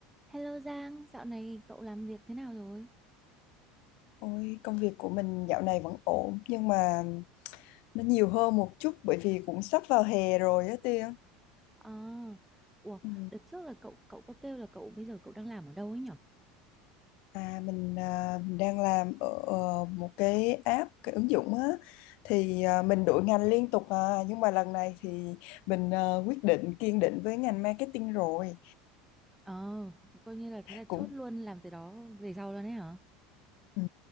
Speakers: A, in the centre; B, on the left.
A: Hello Giang, dạo này cậu làm việc thế nào rồi?
B: Ôi, công việc của mình dạo này vẫn ổn nhưng mà nó nhiều hơn một chút bởi vì cũng sắp vào hè rồi á Tiên.
A: Ờ, ủa,
B: Ừ.
A: đợt trước là cậu cậu có kêu là cậu bây giờ cậu đang làm ở đâu ấy nhở?
B: À mình à, mình đang làm ở ờ, một cái app cái ứng dụng á thì à, mình đổi ngành liên tục à nhưng mà lần này thì mình à, quyết định kiên định với ngành marketing rồi.
A: Ờ, coi như là thế là chốt
B: Cũng
A: luôn làm từ đó về sau luôn đấy hả?
B: ừ,